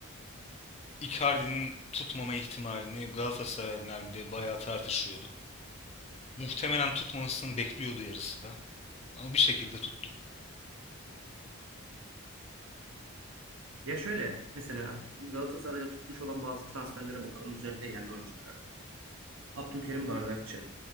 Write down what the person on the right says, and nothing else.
Ya şöyle mesela Galatasaray'da tutmuş olan bazı transferlere bakalım özellikle yerli oyunculara. Abdülkerim Bardakçı,